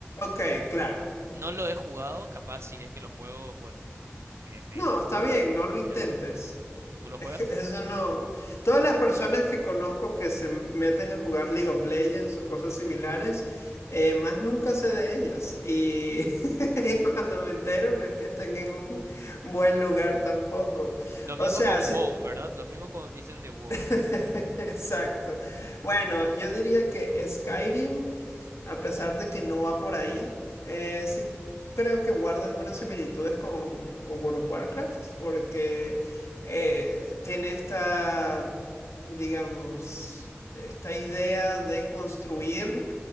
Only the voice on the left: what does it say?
ok, claro.
No, está bien,
no
lo intentes.
<laughs> Eso no. Todas las personas que conozco que se meten a jugar League of Legends o cosas similares, eh, más nunca sé de ellas. Y <laughs> cuando me entero, no es que estén en un buen lugar tampoco.
O sea,
si
<laughs> Exacto. Bueno, yo diría que Skyrim, a pesar de que no va por ahí, eh, sí creo que guarda algunas similitudes con, con World of Warcraft, porque eh, tiene esta, digamos, esta idea de construir